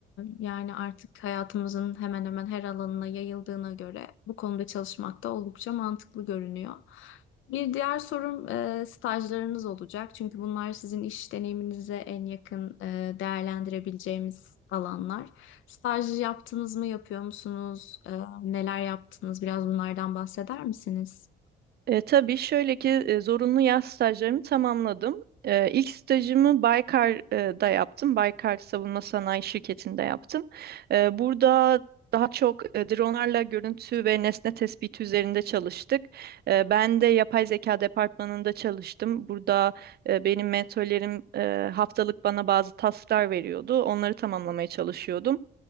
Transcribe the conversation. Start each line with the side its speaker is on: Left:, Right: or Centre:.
Left: yani artık hayatımızın hemen hemen her alanına yayıldığına göre bu konuda çalışmak da oldukça mantıklı görünüyor. Bir diğer sorum e, stajlarınız olacak. Çünkü bunlar sizin iş deneyiminize en yakın e, değerlendirebileceğimiz alanlar. Staj yaptınız mı, yapıyor musunuz? E, neler yaptınız? Biraz bunlardan bahseder misiniz?
Right: E, tabii şöyle ki e, zorunlu yaz stajlarımı tamamladım. E, ilk stajımı Baykar'da yaptım. Baykar Savunma Sanayi Şirketi'nde yaptım. E, burada daha çok e, dronlarla görüntü ve nesne tespiti üzerinde çalıştık. E, ben de yapay zeka departmanında çalıştım. Burada e, benim mentorlerim e, haftalık bana bazı tasklar veriyordu. Onları tamamlamaya çalışıyordum.